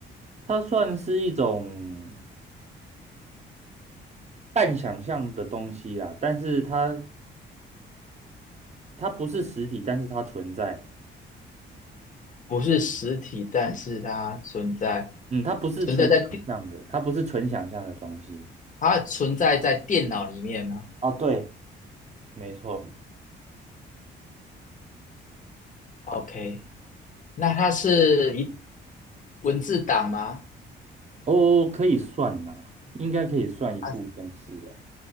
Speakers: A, on the right (about 35°); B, on the left (about 40°).
A: 它算是一种半想象的东西啊，但是它它不是实体，但是它存在。
B: 不是实体，但是它存在，
A: 嗯，它不是纯想象的，
B: 存在在电，
A: 它不是纯想象的东西。
B: 它存在在电脑里面吗
A: 哦，对，没错，
B: ？OK，那它是一文字档吗？
A: 哦，可以算呐、应该可以算一部分是啊。
B: 它